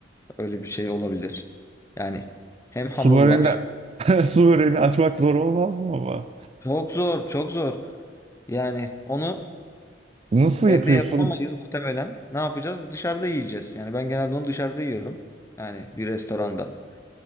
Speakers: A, on the left; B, on the right.
A: Öyle bir şey olabilir. Yani hem hamur
B: Su böreğini
A: var.
B: de <laughs> su böreğini açmak zor olmaz mı ama?
A: Çok zor, çok zor. Yani onu
B: Nasıl
A: evde
B: yapıyorsun?
A: yapamayız muhtemelen. Ne yapacağız? Dışarıda yiyeceğiz. Yani ben genelde onu dışarıda yiyorum. Yani bir restoranda.